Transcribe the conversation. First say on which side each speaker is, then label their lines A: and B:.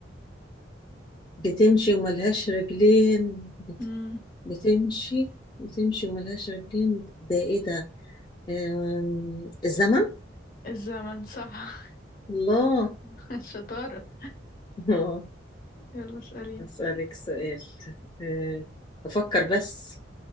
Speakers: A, on the left; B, on the left.
A: بتمشي وملهاش رجلين بت...
B: امم
A: بتمشي بتمشي وملهاش رجلين ده ايه ده أم... الزمن
B: الزمن صح
A: الله
B: <laughs> الشطارة
A: <laughs> آه،
B: يلا اسأليني
A: أسألك سؤال آه، أفكر بس